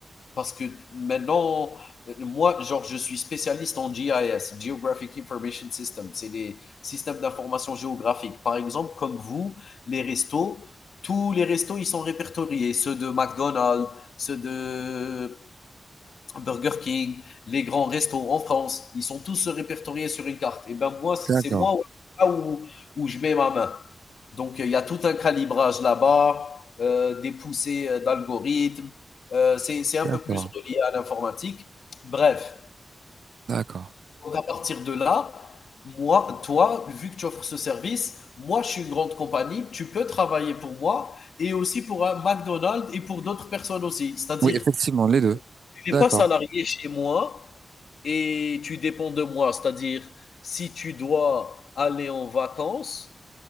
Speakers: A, on the left (about 85°); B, on the right (about 80°).
A: Parce que maintenant, euh, moi, genre, je suis spécialiste en GIS, Geographic Information System. C'est des systèmes d'information géographique. Par exemple, comme vous, les restos, tous les restos, ils sont répertoriés. Ceux de McDonald's, ceux de Burger King, les grands restos en France, ils sont tous répertoriés sur une carte. Et ben moi, c'est
B: D'accord.
A: moi là où, où je mets ma main. Donc euh, il y a tout un calibrage là-bas, euh, des poussées euh, d'algorithmes. Euh, c'est c'est un
B: D'accord.
A: peu plus relié à l'informatique. Bref,
B: D'accord.
A: donc à partir de là, moi, toi, vu que tu offres ce service, moi, je suis une grande compagnie, tu peux travailler pour moi et aussi pour un McDonald's et pour d'autres personnes aussi. C'est-à-dire,
B: Oui, effectivement, les deux.
A: tu n'es
B: D'accord.
A: pas salarié chez moi, et tu dépends de moi. C'est-à-dire, si tu dois aller en vacances,